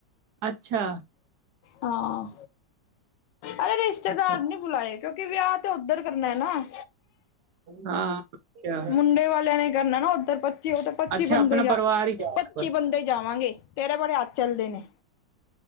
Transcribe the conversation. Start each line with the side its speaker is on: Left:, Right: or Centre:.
Right: ਅੱਛਾ।
Left: ਹਾਂ ਅਰੇ ਰਿਸ਼ਤੇਦਾਰ
Right: ਅੱਛਾ
Left: ਨੀ ਬੁਲਾਏ। ਕਿਉਂਕਿ ਵਿਆਹ ਤੇ ਉੱਧਰ ਕਰਨਾ ਐ ਨਾ।
Right: ਹਾਂ ਅੱਛਾ
Left: ਮੁੰਡੇ ਵਾਲਿਆਂ ਨੇ ਕਰਨਾ ਨਾ ਉੱਧਰ ਤੇ ਉਹ ਤਾਂ ਪੱਚੀ
Right: ਅੱਛਾ
Left: ਬੰਦੇ
Right: ਆਪਣਾ
Left: ਹੀ ਜਾ
Right: ਪਰਿਵਾਰ ਹੀ ਜਾ
Left: ਪੱਚੀ
Right: ਰਿਹਾ ਬਸ
Left: ਬੰਦੇ ਜਾਵਾਂਗੇ ਤੇਰਾ ਬੜੇ ਹੱਥ ਚੱਲਦੇ ਨੇ।